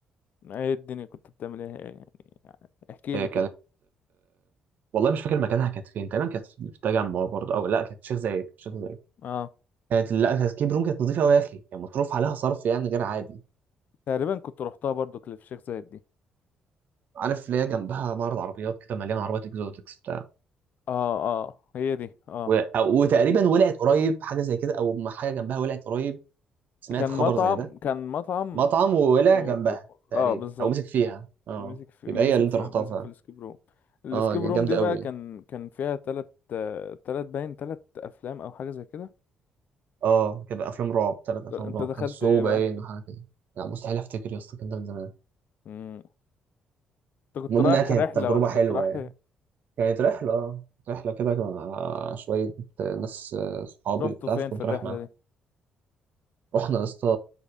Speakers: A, on the left; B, on the right.
A: ايه الدنيا كنت بتعمل ايه يعني احكي
B: هي
A: لي كده
B: كانت والله مش فاكر مكانها كانت فين تقريبا كانت في التجمع برضه او لا كانت شيخ زايد كانت شيخ زايد
A: اه
B: كانت لا كانت كيب روم كانت نظيفه قوي يا اخي كان مصروف عليها صرف يعني غير عادي
A: تقريبا كنت روحتها برضو كليف شيخ زايد دي
B: عارف اللي هي جنبها معرض عربيات كده مليان عربيات اكزوتكس بتاع
A: اه اه هي دي اه
B: و... أو... وتقريبا ولعت قريب حاجه زي كده او ما حاجه جنبها ولعت قريب سمعت
A: كان
B: خبر
A: مطعم
B: زي ده
A: كان مطعم
B: مطعم وولع
A: و...
B: جنبها
A: و...
B: تقريبا
A: اه بالظبط
B: او مسك فيها اه
A: مسك في
B: يبقى
A: مسك
B: هي اللي انت
A: في
B: رحتها
A: مسك
B: فعلا
A: في الاسكيب روم الاسكيب
B: اه
A: روم
B: جامده
A: دي بقى
B: قوي يعني
A: كان كان فيها تلت آه، تلت باين تلت افلام او حاجه زي كده
B: اه كده افلام رعب ثلاث افلام
A: ط- انت
B: رعب
A: دخلت
B: كان سو
A: ايه بقى
B: باين وحاجه كده لا مستحيل افتكر يا اسطى كان ده من زمان
A: مم. انت كنت
B: المهم
A: رايح
B: انها كانت
A: رحله
B: تجربه
A: ولا كنت
B: حلوه
A: رايح
B: كانت رحلة اه رحلة كده مع شوية ناس آه، صحابي
A: رحتوا
B: وبتاع
A: فين
B: فكنت
A: في الرحله
B: رايح معاهم
A: دي
B: رحنا يا اسطى